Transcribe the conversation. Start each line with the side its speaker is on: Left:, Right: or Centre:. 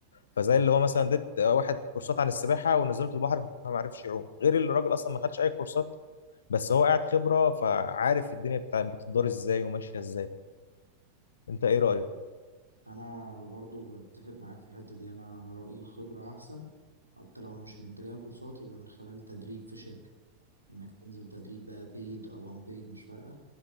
Left: فزي اللي هو مثلا اديت واحد كورسات عن السباحه ونزلته البحر فما عرفش يعوم غير اللي الراجل اصلا ما خدش اي كورسات بس هو قاعد خبره فعارف الدنيا بتاع بتدار ازاي وماشيه ازاي انت ايه رايك
Right: انا برضو بتفق معاك في الحتة دي انا رأيي الخبرة احسن حتى لو مش من تجاه كورسات يبقى من خلال تدريب في شركة انك تنزل تدريب بقى paid او unpaid مش فارقة